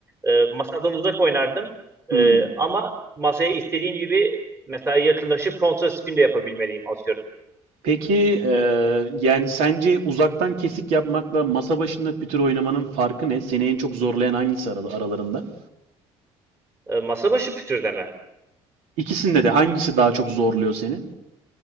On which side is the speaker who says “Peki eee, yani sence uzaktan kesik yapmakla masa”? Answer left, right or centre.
Right